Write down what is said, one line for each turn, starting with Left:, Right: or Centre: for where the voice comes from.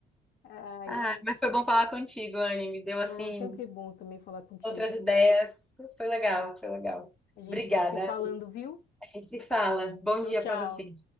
Left: Ai,
Centre: Ah,
Left: ai.
Centre: mas foi bom falar contigo, Anne. Me deu assim
Left: É sempre bom também falar contigo.
Centre: outras ideias. Foi legal, foi legal.
Left: A gente
Centre: Obrigada.
Left: vai se falando, viu?
Centre: A gente se fala. Bom
Left: Tchau,
Centre: dia
Left: tchau.
Centre: para você.